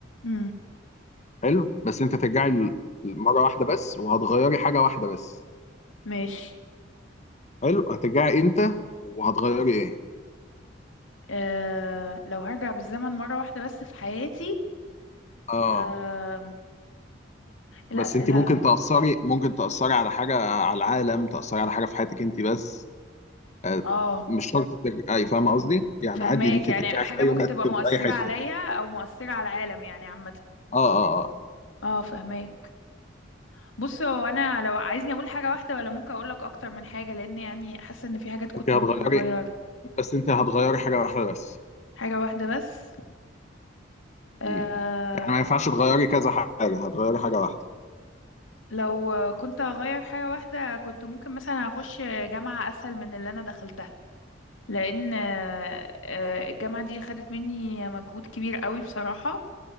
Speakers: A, on the left; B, on the left.
A: امم
B: حلو بس انت هترجعي ل- مرة واحدة بس وهتغيري حاجة واحدة بس
A: ماشي
B: حلو هترجعي امتى وهتغيري ايه؟
A: آه لو هرجع بالزمن مرة واحدة بس في حياتي
B: اه
A: آه الأسئلة
B: بس انت ممكن تأثري ممكن تأثري على حاجة على العالم تأثري على حاجة في حياتك انت بس آه،
A: اه
B: مش شرط ترجعي فاهمة قصدي؟ يعني
A: فهماك
B: عادي ليكي
A: يعني
B: ترجعي
A: حاجة
B: في اي
A: ممكن
B: وقت
A: تبقى
B: وفي
A: مؤثرة
B: اي حتة
A: عليا او مؤثرة على العالم يعني عامة
B: اه اه اه
A: اه فهماك بص هو انا لو عايزني اقول حاجة واحدة ولا ممكن اقول لك اكتر من حاجة لان يعني حاسة ان في حاجات كنت
B: انت هتغيري
A: ممكن اغيرها
B: بس انت هتغيري حاجه واحده بس
A: حاجة واحدة بس آه
B: امم يعني ما ينفعش تغيري كذا حاجه هتغيري حاجه واحده
A: لو كنت هغير حاجة واحدة كنت ممكن مثلا هخش جامعة أسهل من اللي أنا دخلتها لأن آه، آه، الجامعة دي خدت مني مجهود كبير قوي بصراحة